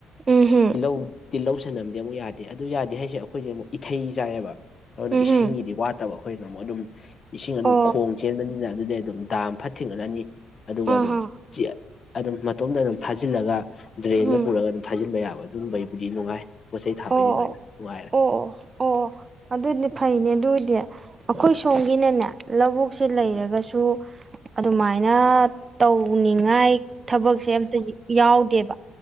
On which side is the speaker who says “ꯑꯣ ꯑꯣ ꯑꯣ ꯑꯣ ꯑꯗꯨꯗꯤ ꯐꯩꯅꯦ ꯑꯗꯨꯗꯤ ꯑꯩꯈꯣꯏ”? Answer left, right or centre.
Right